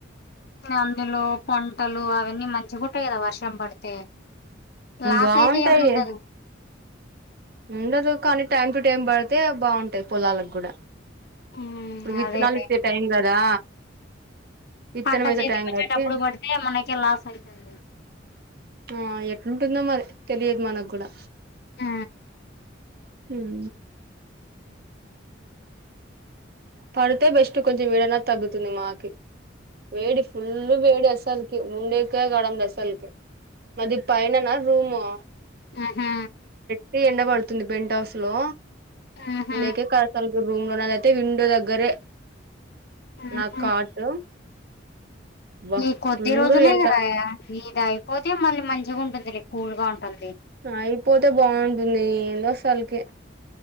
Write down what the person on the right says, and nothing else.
బాగుంటాయి
ఉండదు కానీ టైమ్ టు టైం పడితే బాగుంటది పొలాలకు కూడా
ఇప్పుడు విత్తనాలు
విత్తే టైం కదా విత్తనం
వేసే
టైం
కాబట్టి
ఆ ఎట్లుంటుందో మరి తెలియదు మనకు కూడా
ఉం పడితే బెస్ట్ కొంచెం వేడన్న తగ్గుతుంది మాకి వేడి ఫుల్ వేడి అసాల్కి ఉండేకా కావడం లేదు అసల్కి మాది పైననా రూము
ఇప్పటికే ఎండ పడుతుంది పెంట్ హౌస్ లో
లేకసలు రూమ్ లో లేయితే విండో దగ్గర గదే నా
కాట్ బా
ఫుల్
ఎండ
అయిపోతే బాగుంటుంది ఏందోసలకి